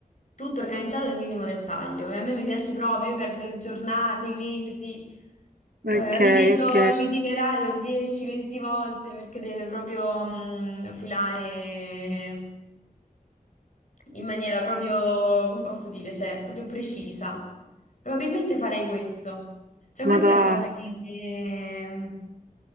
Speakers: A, on the left; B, on the right.
A: tutto organizzato nel minimo dettaglio. E a me mi piace proprio, io perdo le giornate, i mesi,
B: ok,
A: eh, rivedo
B: ok.
A: l'itinerario 10-20 volte perché deve proprio mh, filare in maniera proprio, come posso dire, cioè proprio precisa. Probabilmente farei questo. Cioè questa
B: Madò,
A: è una cosa che,